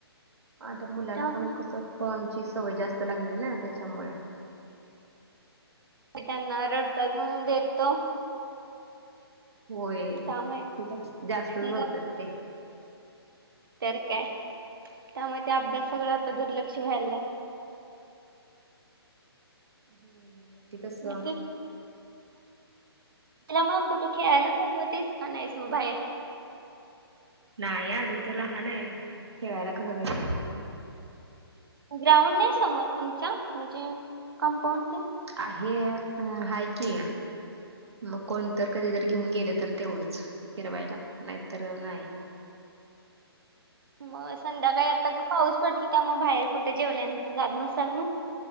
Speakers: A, on the right; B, on the right.
A: आता मुलांना
B: त्यामुळे
A: पण कसं फोनची सवय जास्त लागली ना त्याच्यामुळे.
B: ते त्यांना रडतात म्हणून <inaudible> देत तो
A: होय,
B: त्यामुळे
A: ते जास्त जास्तच
B: मग
A: बघतात. ते
B: तर काय, त्यामुळे
A: हम्म
B: त्या अभ्यासागळं
A: होय
B: आता दुर्लक्ष व्हायला.
A: हम्म <inaudible> म्ज कस.
B: मग त्याला मग कुठं खेळायला <inaudible> झातीस का नाहीस मग बाहेर.
A: नाही अजून त लहान आहे. खेळायला कसं जाय.
B: ग्राउंड नाही समोर तुमचा म्हणजे कंपाऊंड ते.
A: आहे. अ आहे की. मग कोणत <inaudible> कधी जर घेऊन गेले तर तेवढंच फिरवायला नाहीतर नाही.
B: मग संध्याकाळी आता पाऊस पडतो त्या <inaudible> मग बाहेर कुठे जेवल्यानंत जात नसाल मग.